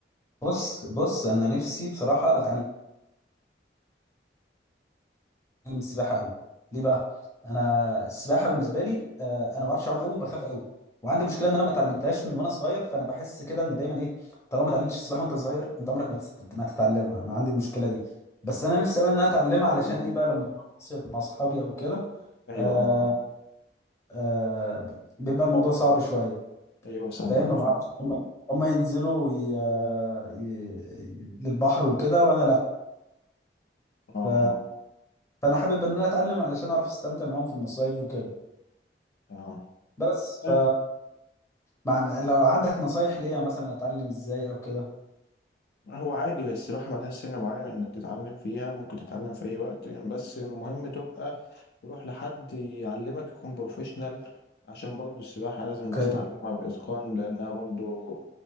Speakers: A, on the left; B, on the left.
A: بص بص أنا نفسي بصراحة أتعلم السباحة أوي ليه بقى؟ أنا السباحة بالنسبة لي آه، أنا ما بعرفش أعوم أوي وبخاف أوي وعندي مشكلة إن أنا ما اتعلمتهاش من وأنا صغير فأنا بحس كده إن دايما إيه طالما ما اتعلمتش السباحة وأنت صغير أنت عمرك ما تست- ما تتعلمها أنا عندي المشكلة دي بس أنا نفسي أوي إن أنا أتعلمها
B: ايوه
A: علشان
B: اه
A: إيه بقى لما أروح مصيف مع أصحابي أو كده
B: ايوه
A: آه،
B: اه اه
A: آه بيبقى الموضوع صعب شوية
B: ايوه سامع
A: فاهم ما بعرفش هم هم ينزلوا ي... ي... ي... للبحر وكده وانا لا
B: اه
A: ف... فانا حابب ان انا اتعلم علشان اعرف استمتع معاهم في المصايف وكده
B: اه
A: بس
B: اه
A: ف مع... لو عندك نصايح ليا مثلا اتعلم ازاي او كده
B: هو عادي بس السباحة ملهاش سن معين انك تتعلم فيها ممكن تتعلم في اي وقت بس المهم تبقى تروح لحد يعلمك يكون بروفيشنال عشان برضو السباحة لازم تتعلمها
A: اوكي
B: بإتقان لأنها برضو